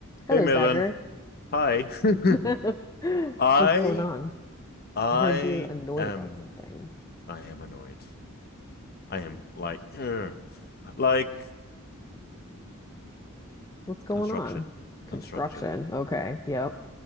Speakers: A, on the left; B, on the left.
A: Hello,
B: Hey Milan.
A: Sagar.
B: Hi. <laughs>
A: <laughs>
B: I
A: What's going on?
B: I
A: I heard you're annoyed
B: am
A: about something.
B: I am annoyed. I am like <clears throat> ugh. like
A: What's going
B: construction.
A: on? Construction.
B: Construction.
A: Okay. Yep.